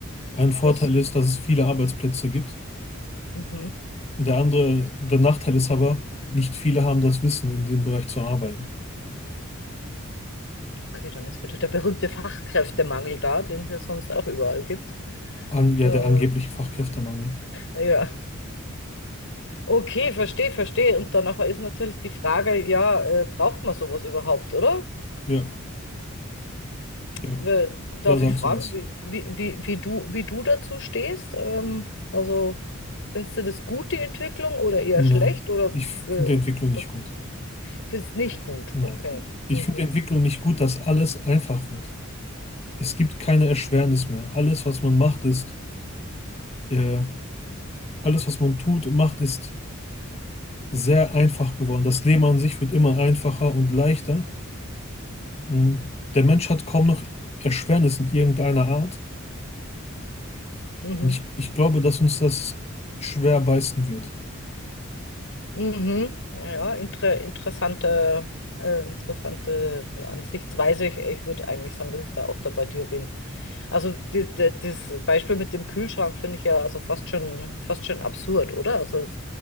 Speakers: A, on the left; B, on the left.
A: Ein Vorteil
B: Was?
A: ist, dass es viele Arbeitsplätze gibt.
B: Mhm.
A: Der andere, der Nachteil ist aber, nicht viele haben das Wissen, in dem Bereich zu arbeiten.
B: Okay, dann ist wieder der berühmte Fachkräftemangel da, den es ja sonst auch überall gibt.
A: An, ja,
B: Äh,
A: der angebliche Fachkräftemangel.
B: ja. Okay, verstehe, verstehe. Und danach ist natürlich die Frage, ja, äh, braucht man sowas überhaupt, oder?
A: Ja. Ja.
B: Äh, Darf
A: Da sagst
B: ich fragen,
A: du was.
B: wie, wie, wie, wie du, wie du dazu stehst? Ähm, also, findest du das gut, die Entwicklung, oder eher
A: Nein,
B: schlecht, oder
A: ich finde
B: äh,
A: die Entwicklung nicht
B: was-
A: gut.
B: findest nicht gut?
A: Nein,
B: Okay.
A: ich
B: Mhm.
A: finde die Entwicklung nicht gut, dass alles einfach wird. Es gibt keine Erschwernis mehr. Alles, was man macht, ist, äh, alles, was man tut und macht, ist sehr einfach geworden. Das Leben an sich wird immer einfacher und leichter. Mhm. Der Mensch hat kaum noch Erschwernis in irgendeiner Art.
B: Mhm.
A: Und ich, ich glaube, dass uns das schwer beißen wird.
B: Mhm. Ja, inter, interessante, äh, interessante Ansichtsweise. Ich, ich würde eigentlich sagen, dass ich da auch da bei dir bin. Also, die, die, das Beispiel mit dem Kühlschrank finde ich ja also fast schon, fast schon absurd, oder? Also, es